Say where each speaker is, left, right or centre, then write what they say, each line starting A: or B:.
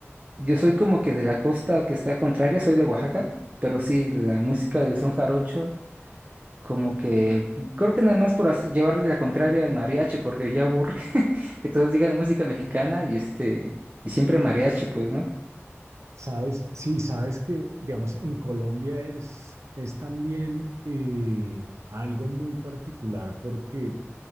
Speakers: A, on the right; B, on the right.
A: Yo soy como que de la costa que está contraria, soy de Oaxaca, pero sí, la música del son jarocho, como que p- creo que nada más por hac- llevarle la contraria al mariachi, porque ya aburre <laughs> que todos digan música mexicana y este, y siempre mariachi, pues, ¿no?
B: Sabes, sí, sabes que, digamos, en Colombia es, es también eh, algo muy particular porque,